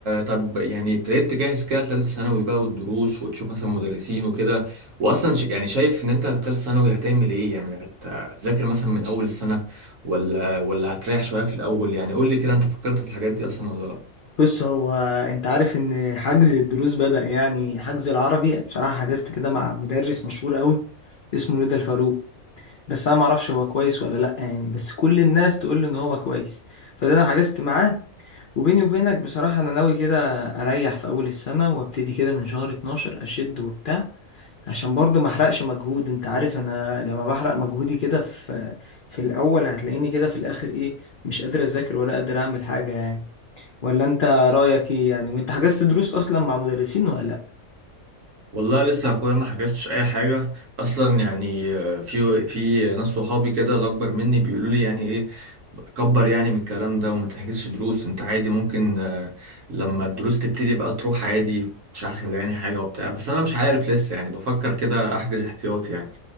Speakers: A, on the right; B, on the left.
A: طب يعني ابتديت تجهز كده لثالثه ثانوي بقى والدروس وتشوف مثلا مدرسين وكده واصلا ش- يعني شايف ان انت في ثالثه ثانوي هتعمل ايه يعني هت- هتذاكر مثلا من اول السنه ولا ولا هتريح شويه في الاول يعني قول لي كده انت فكرت في الحاجات دي اصلا ولا لا
B: بص هو انت عارف ان حجز الدروس بدأ يعني حجز العربي بصراحه حجزت كده مع مدرس مشهور قوي اسمه ندى الفاروق بس انا ما اعرفش هو كويس ولا لا يعني بس كل الناس تقول لي ان هو كويس فده انا حجزت معاه وبيني وبينك بصراحه انا ناوي كده اريح في اول السنه وابتدي كده من شهر 12 اشد وبتاع عشان برضو ما احرقش مجهود انت عارف انا لما بحرق مجهودي كده في في الاول هتلاقيني كده في الاخر ايه مش قادر اذاكر ولا قادر اعمل حاجة يعني ولا انت رايك ايه يعني وانت حجزت دروس اصلا مع مدرسين ولا لا
A: والله لسه اخويا ما حكتش اي حاجه اصلا يعني آه، في في ناس صحابي كده الاكبر مني بيقولوا لي يعني ايه كبر يعني من الكلام ده وما تحكيش دروس انت عادي ممكن آه، لما الدروس تبتدي بقى تروح عادي مش هيحصل يعني حاجه وبتاع بس انا مش عارف لسه يعني بفكر كده احجز احتياطي يعني